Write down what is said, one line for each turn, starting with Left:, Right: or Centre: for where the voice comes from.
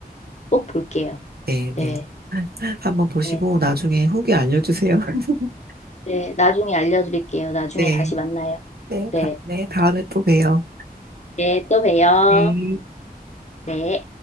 Left: 꼭 볼게요.
Right: 네,
Left: 네,
Right: 네. 한번 보시고
Left: 네,
Right: 나중에 후기 알려주세요. <laughs>
Left: 네. 나중에 알려드릴게요. 나중에
Right: 네,
Left: 다시 만나요.
Right: 네,
Left: 네,
Right: 다, 네, 다음에 또 봬요.
Left: 네, 또 봬요.
Right: 네.
Left: 네.